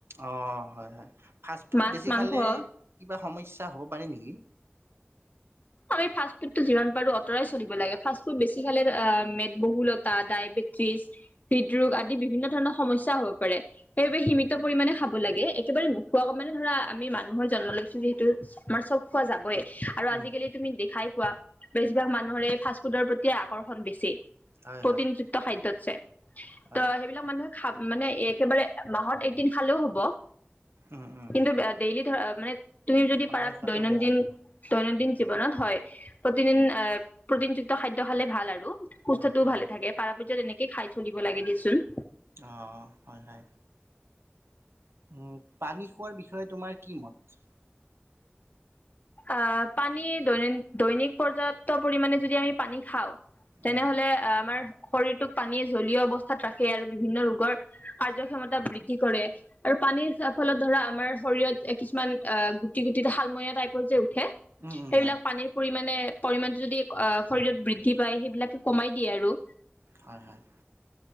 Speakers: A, on the right (about 85°); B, on the left (about 40°).
A: অ হয় হয় ফাষ্টফুড
B: মাছ
A: বেছি
B: মাংস
A: খালে কিবা সমস্যা হ'ব পাৰে নেকি?
B: আমি ফাষ্টফুদটো যিমান পাৰো আঁতৰাই চলিব লাগে ফাষ্টফুদ বেছি খালে আহ মেদবহুলতা, ডায়বেটিছ, হৃদৰোগ আদি বিভিন্ন ধৰণৰ সমস্যা হব পাৰে। সেইবাবে সীমিত পৰিমাণে খাব লাগে একেবাৰে নোখোৱাকৈ মানে ধৰা আমি মানুহৰ জন্ম লৈছো যিহেতু আমাৰ চব খোৱা যাবই। আৰু
A: উম,
B: আজিকালি তুমি দেখাই পোৱা বেছিভাগ মানুহৰে এই ফাষ্ট ফুডৰ প্ৰতি আকৰ্ষণ বেছি।
A: হয়,
B: প্ৰটিনযুক্ত
A: হয়,
B: খাদ্য <inaudible>
A: হয়,
B: ত সেইবিলাক মানুহে খা মানে একেবাৰে মাহত একদিন খালেও হব
A: উম, উম,
B: কিন্তু ডেইলি ধৰা অ মানে তুমি যদি
A: সদায়
B: পাৰা
A: খোৱাটো
B: দৈনন্দিন
A: বেয়া।
B: দৈনন্দিন জীৱনত হয় প্ৰতিদিন প্ৰটিনযুক্ত খাদ্য খালে ভাল আৰু সুস্থতো
A: উম, উম,
B: ভালে থাকে পাৰ পক্ষত এনেকে কি খাই থৈ দিব লাগে দেচোন।
A: অ, হয় হয়। উম পানী খোৱাৰ বিষয়ে তোমাৰ কি মত?
B: আহ পানী দৈনন দৈনিক পৰ্যাপ্ত পৰিমাণে যদি আমি পানী খাওঁ তেনেহলে
A: উম,
B: অহ আমাৰ শৰীৰটোক পানীয়ে জলীয় অৱস্থাত ৰাখে আৰু বিভিন্ন ৰোগৰ কাৰ্যক্ষমতা বৃদ্ধি কৰে আৰু পানীৰ ফলত ধৰা আমাৰ শৰীৰত কিছুমান অহ গুটি গুটি শালমইনা টাইপ <unintelligible> সেইবিলাক
A: উম, উম, হয়,
B: পানীৰ পৰি মানে পৰিমাণটো যদি শৰীৰত বৃদ্ধি পায় সেইবিলাকে
A: উম,
B: কমাই দিয়ে আৰু।
A: হয়, হয়,